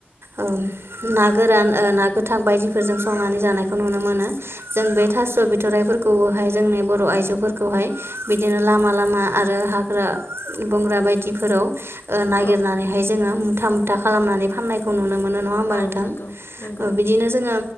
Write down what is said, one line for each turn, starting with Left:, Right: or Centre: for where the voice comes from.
Right: औ ना गोरान ओ ना गोथां बायदिफोरजों संनानै जानायखौ नुनो मोनो जों बे, थास' बिथ'राइफोरखौबोहाय जोंनि बर' आइजोफोरखौहाय बिदिनो लामा लामा आरो हाग्रा, बंग्रा बायदिफोराव ओ नागिरनानै
Left: औ
Right: हाय जोङो मुथा मुथा, खालामनानै फाननायखौ नुनो मोनो नङा होमबा
Left: औ
Right: नोंथां
Left: नंगौ नंगौ
Right: बिदिनो जोङो